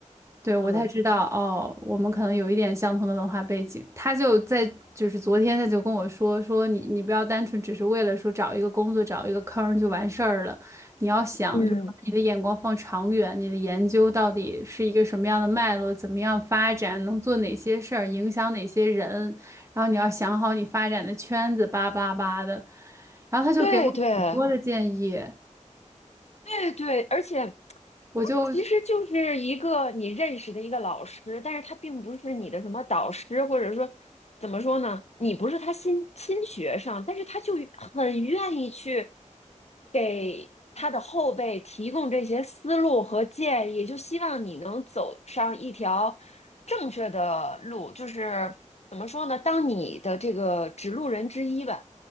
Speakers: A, on the right; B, on the left.
A: 对，我才知道哦，
B: 嗯，
A: 我们可能有一点相同的文化背景。他就在就是昨天他就跟我说说你你不要单纯只是为了说找一个工作找一个坑儿就完事儿了，你要想就是把你的眼光放长远，
B: 嗯，
A: 你的研究到底是一个什么样的脉络，怎么样发展，能做哪些事儿，影响哪些人，然后你要想好你发展的圈子，叭叭叭的。然后他就给我很多的建议，
B: 对对对对，而且
A: 我就
B: 其实就是一个你认识的一个老师，但是他并不是你的什么导师，或者说怎么说呢，你不是他新新学生，但是他就很愿意去给他的后辈提供这些思路和建议，就希望你能走上一条正确的路，就是怎么说呢，当你的这个指路人之一吧，